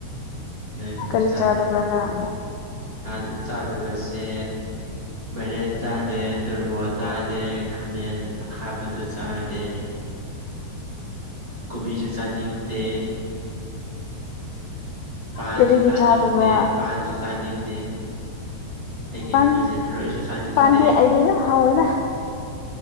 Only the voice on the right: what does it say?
ꯂꯣꯏꯅꯃꯛ
ꯆꯥꯏꯌꯦ
ꯁꯥꯗ ꯆꯥꯗꯕꯁꯦ ꯃꯔꯦꯟ ꯆꯥꯗꯦ ꯇꯣꯔꯕꯣꯠ ꯆꯥꯗꯦ ꯈꯥꯃꯦꯟ ꯑꯈꯥꯕꯗꯨ ꯆꯥꯗꯦ ꯀꯣꯕꯤꯁꯨ ꯆꯥꯅꯤꯡꯗꯦ ꯄꯥꯟꯁꯨ
ꯆꯥꯅꯤꯡꯗꯦ
ꯄꯥꯟꯁꯨ ꯆꯥꯅꯤꯡꯗꯦ ꯑꯩꯒꯤ
ꯍꯩꯅꯗꯦ ꯊꯔꯣꯏꯁꯨ ꯆꯥꯅꯤꯡꯗꯦ